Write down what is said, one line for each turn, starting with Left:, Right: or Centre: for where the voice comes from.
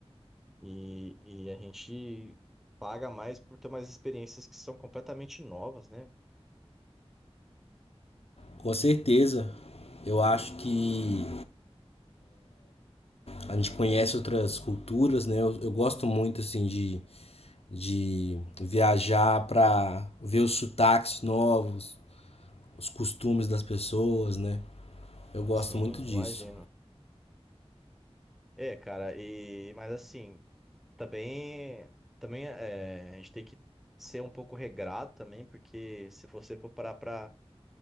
Centre: E, e a gente paga mais por ter umas experiências que são completamente novas, né?
Left: Com certeza. Eu acho que a gente conhece outras culturas, né? Eu, eu gosto muito, assim, de de viajar para ver os sotaques novos, os costumes das pessoas, né? Eu gosto
Centre: Sim,
Left: muito disso.
Centre: imagino. É, cara, e mas assim, também também é, a gente tem que ser um pouco regrado também, porque se você for parar pra